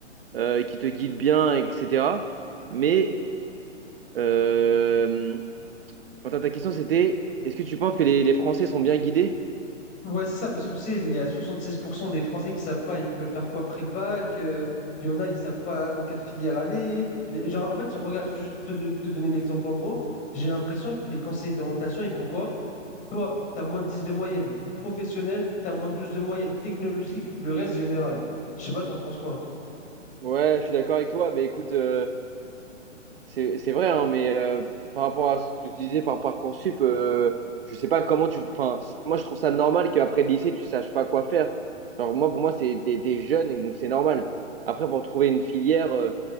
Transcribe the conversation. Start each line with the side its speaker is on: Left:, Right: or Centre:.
Right: euh, qui te guide bien, etc. Mais, euh, attends, ta question, c'était, est-ce que tu penses que les, les Français sont bien guidés?
Left: Ouais, c'est ça, parce que tu sais, il y a 76% des Français qui savent pas, ils veulent faire quoi après le bac. euh, il y en a, ils savent pas dans quelle filière aller. Les- genre, en fait, regarde, juste pour te, do- te donner l'exemple en gros, j'ai l'impression que les conseillers d'orientation, ils font quoi? Toi, tu as moins de 10 de moyenne. Professionnel, tu as moins de 12 de moyenne. Technologique, le reste général. Je sais pas, t'en penses quoi?
Right: Ouais, je suis d'accord avec toi, mais écoute. euh, C'est c'est vrai, hein, mais euh, par rapport à ce que tu disais par Parcoursup, euh, je sais pas comment tu. Enfin, c- moi, je trouve ça normal qu'après le lycée, tu saches pas quoi faire. Genre, moi, pour moi, c'est, t'es, t'es jeune, et donc c'est normal. Après, pour trouver une filière, euh,